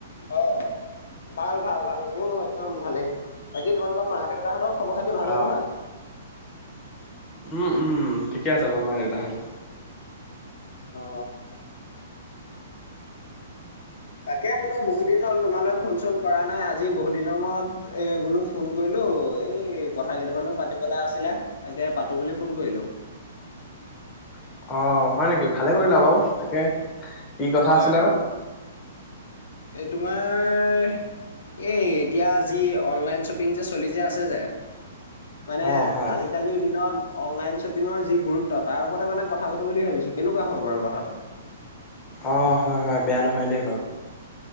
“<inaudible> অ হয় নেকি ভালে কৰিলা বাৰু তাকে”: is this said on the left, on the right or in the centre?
Left